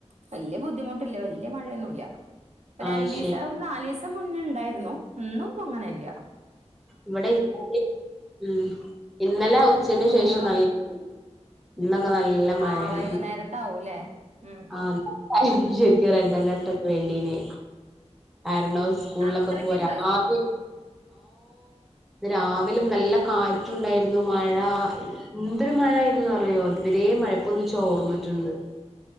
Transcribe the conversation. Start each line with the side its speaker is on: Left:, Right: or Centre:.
Right: വല്യ ബുദ്ധിമുട്ടില്ല വല്യ വല്യ മഴയൊന്നുല്ല്യ ഇപ്പ
Centre: അത്
Right: രണ്ടീസാ
Centre: ശരി
Right: ഒരു നാലിസാ <unintelligible> മുന്നെ ഇണ്ടായിരുന്നു ഇന്നൊന്നും അങ്ങനെല്ല്യ
Centre: ഇവടെ ഇന്നാല് ഉം ഇന്നലെ ഉച്ചന്റെ
Right: തുണികളൊക്കെ
Centre: ശേഷം നല്ല മഴണ്ടായിക്ക്ണ് ഇന്നൊക്കെ നല്ല മഴയാണ്
Right: ആഹ് വൈകുന്നേരത്താവൂല്ലേ ഉം
Centre: ആ ഇന്ന് ശരിക്കും റെഡ് അലർട്ട് ഒക്കെ വേണ്ടീന് രണ്ടാളും സ്കൂളിലൊക്കെ
Right: അത്രയ്ക്ക്ണ്ടായോ
Centre: പോരാ <unintelligible> ആ ഇന്ന് രാവിലിം നല്ല കാറ്റുണ്ടായിരുന്നു മഴ എന്തൊരു മഴായിരുന്നു ന്നറിയോ ഇതുവരേ മഴ ഇപ്പൊന്ന് ചോർന്ന്ട്ട്ണ്ട്